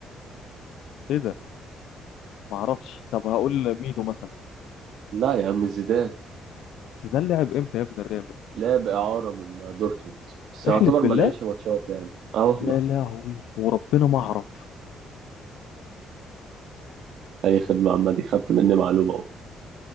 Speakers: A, on the left (about 85°); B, on the right (about 65°).
A: ايه ده ما اعرفش طب هقول ميدو مثلا
B: لا يا عم زيدان
A: بس ده لعب امتى يا ابن الريال مدريد
B: لعب إعارة من دورتموند بس يعتبر
A: احلف
B: ما
A: بالله
B: لعبش ماتشات يعني اه والله
A: يا لهوي وربنا ما اعرف
B: أي خدمة عامة دي خدت مني معلومة أهو